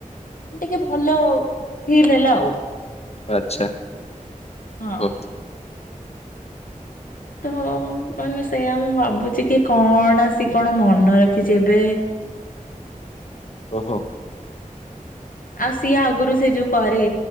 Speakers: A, on the left; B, on the left.
A: ଟିକେ ଭଲ ଫିଲ୍ ହେଲା ଆଉ।
B: ଆଚ୍ଛା
A: ହଁ।
B: ଓ
A: ତ ମାନେ ସେଇୟା ମୁଁ ଭାବୁଛି କି କଣ ଆସି କଣ ମନ ରଖି କି ଯେବେ
B: ଓହୋ
A: ଆଉ ସିଏ ଆଗରୁ ସେ ଯୋଉ କରେ